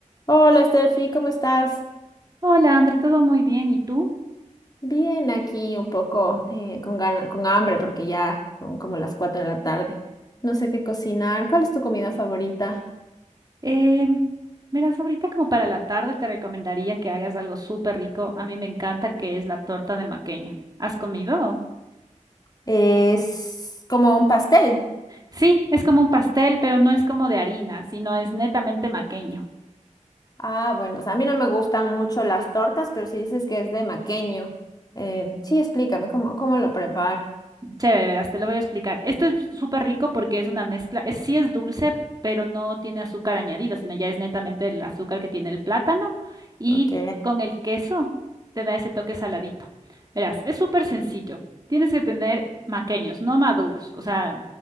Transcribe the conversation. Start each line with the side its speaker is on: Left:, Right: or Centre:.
Left: Hola, Steffi, ¿cómo estás?
Right: Hola, André, todo muy bien. ¿Y tú?
Left: Bien, aquí un poco eh, con gana- con hambre porque ya son como las 4 de la tarde. No sé qué cocinar. ¿Cuál es tu comida favorita?
Right: Eh, miras, ahorita como para la tarde te recomendaría que hagas algo súper rico. A mí me encanta que es la torta de maqueño. ¿Has comido?
Left: Es como un pastel.
Right: Sí, es como un pastel, pero no es como de harina, sino es netamente maqueño.
Left: Ah, bueno, o sea, a mí no me gustan mucho las tortas, pero si dices que es de maqueño, em, sí, explícame cómo, cómo lo preparo.
Right: Chévere, verás, te lo voy a explicar. Esto es súper rico porque es una mezcla, es, sí es dulce, pero no tiene azúcar añadida, sino ya es netamente el azúcar que tiene el plátano y
Left: Ok.
Right: con el queso te da ese toque saladito. Verás, es súper sencillo. Tienes que tener maqueños, no maduros. O sea,